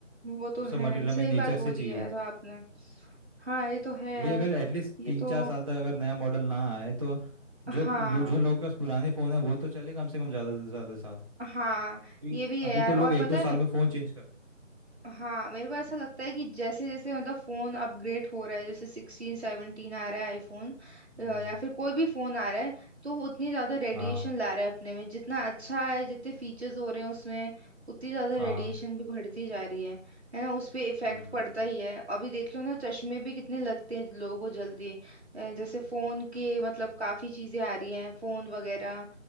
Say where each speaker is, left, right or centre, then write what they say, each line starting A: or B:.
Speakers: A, on the right; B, on the right.
A: वो तो
B: वो सब
A: है
B: मटेरियल हमें
A: सही
B: नेचर
A: बात बोली
B: से चाहिए
A: है
B: होते
A: ऐसा
B: हैं
A: आपने हाँ ये तो है
B: वही
A: यार
B: अगर एटलीस्ट
A: ये
B: तीन
A: तो
B: चार साल तक अगर नया मॉडल ना आए तो जो
A: हाँ
B: लो, जो लोग के पास पुराने फ़ोन है वो तो चले कम से कम ज़्यादा से ज़्यादा साल
A: हाँ
B: अभी
A: ये भी है
B: अभी
A: यार
B: तो लोग
A: और
B: एक
A: पता
B: दो साल
A: है
B: में फ़ोन चेंज कर रहे हैं
A: हाँ मेरे को ऐसा लगता है कि जैसे जैसे मतलब फोन अपग्रेड हो रहा है जैसे सिक्सटीन सेवनटीन आ रहा है आईफोन
B: हम्म
A: या फिर कोई भी फोन आ रहा है तो वो उतनी ज्यादा रेडिएशन
B: हाँ
A: ला रहा है अपने में जितना अच्छा है जितने फीचर्स हो रहे हैं उसमें उतनी ज्यादा
B: हाँ
A: रेडिएशन भी बढ़ती जा रही है है ना उस पे इफेक्ट
B: हम्म
A: पड़ता ही है अभी देख लो ना चश्मे भी कितने लगते हैं लोगों को जल्दी अ, जैसे फोन के मतलब काफी चीजें आ रही हैं फोन वगैरह